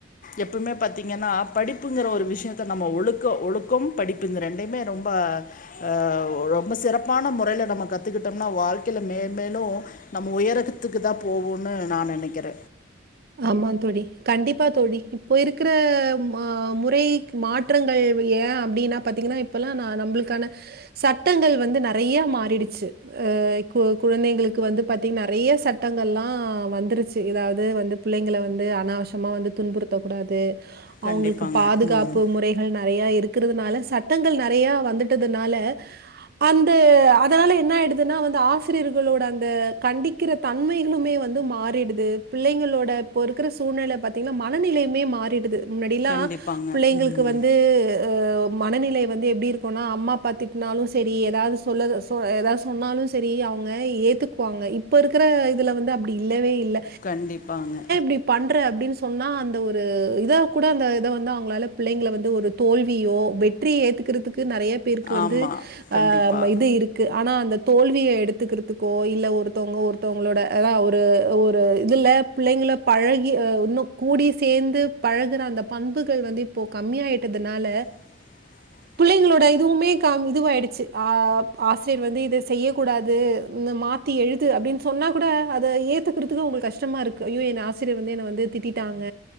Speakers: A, on the left; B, on the right.
A: எப்பமே பாத்தீங்கன்னா படிப்புங்கற ஒரு விஷ் யத்த நம்ம ஒழுக்கொ ஒழுக்கொம் படிப்பு இந்த ரெண்டைமே ரொம்ப ஆ ஒ ரொம்ப சிறப்பான முறையில நம்ம கத்துக்கிட்டோம்னா வாழ்க்கைல மேல் மேலூ நம்ம உயரகத்துக்கு தா போவோன்னு நா நெனைக்கிற
B: ஆமா தோழி கண்டிப்பா தோழி இப்போ இருக்ற மா முறை மாற்றங்கள்வு ஏ அப்டின்னா பாத்தீங்கன்னா இப்பல்லா நா நம்புளுக்கான சட்டங்கள் வந்து நறைய மாறிடுச்சு அ கு குழந்தைங்களுக்கு வந்து பாத்தீங்க் நறைய சட்டங்கள்லா வந்துருச்சு எது அதே வந்து பிள்ளைங்கள வந்து அனாவசமா வந்து துன்புறுத்தக்கூடாது
A: கண்டிப்பாங்க
B: அவங்களுக்கு பாதுகாப்பு
A: ம்
B: முறை கள் நறையா இருக்றதுனால சட்டங்கள் நறையா வந்துட்டதுனால அந்த அதனால என்ன ஆயிடுதுன்னா வந்து ஆசிரியர்களோட அந்த கண்டிக் கிற தன்மைகளுமே வந்து மாறிடுது பிள்ளைங்களோ ட இப்ப இருக்ற சூழ்நில பாத்தீங்ன்னா மனநிலைமே மா றிடுது முன்னாடிலா
A: கண்டிப்பாங்க
B: பிள்ளைங்களுக்கு
A: ம்
B: வந்து அ மனநிலை வந்து எப்டி இருக்குனா அம்மா அப்பா திட்னாலு செரி எதாது சொல்லது சொ ஏதா சொன்னாலு செரி அவங்க ஏத்துக்குவாங்க இப்போ இருக்ற இதுல வந்து அப்டி இல்லவே இல்ல
A: கண்டிப்பாங்க
B: நீ பண்ற அப்டின் சொன்னா அந்த ஒரு இதா கூட அந்த இத வந்து அவங்களால பிள்ளைங்கள வந்து ஒரு தோல்வியோ வெற்றி ஏத்துக்கிறதுக்கு நறைய பேருக்கு வந்து
A: ஆமா கண்டிப்பா
B: ஆ ம இது இரு க்கு ஆனா அந்த தோல்விய எடுத்துக்கிறதுக்கோ இல்ல ஒருத்தவங்க ஒருத்தவங்களோட அலா ஒரு ஒரு இதுல பிள்ளைங்கள பழகி அ இன்னு கூடி சேந்து பழகுற அந்த பண்புகள் வந்து இப்போ கம்மி ஆய்ட்டதுனால
A: <inaudible>
B: பிள்ளைங்களோட இதுவுமே கா இது ஆயிடுச்சு ஆப் ஆசிரியர் வந்து இத செய்யக்கூடாது இந்த மா த்தா எழுது அப்டின் சொன்னா கூட அத ஏத்துக்கிறதுக்கு அவங்களு கஷ்டமா இருக் கயோ என் ஆசிரியர் வந்து என்ன வந்து திட்டிட்டாங்க